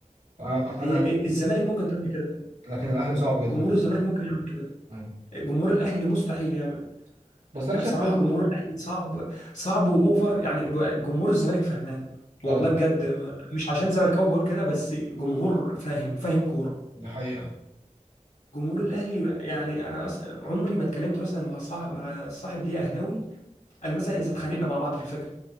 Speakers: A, on the right (about 70°); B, on the left (about 80°).
A: أنا
B: هي إيه؟
A: أنا-
B: الزمالك ممكن تعمل كده
A: لكن الأهلي صعب جدا
B: جمهور الزمالك ممكن يعمل كده
A: أيوة.
B: جمهور الاهلي مستحيل يعمل
A: بس أنا
B: ده بصراحه
A: شايف برضو
B: جمهور الاهلي صعب صعب واوفر يعني ب- جمهور الزمالك فهمان والله
A: أيوة
B: بجد مش عشان زملكاوي بقول كده بس جمهور فاهم فاهم كوره
A: دي حقيقة
B: جمهور الاهلي ما- يعني انا أس... عمري ما اتكلمت مثلا مع صاحب مع صاحب ليا اهلاوي الا مثلا اذا اتخانقنا مع بعض في الفكره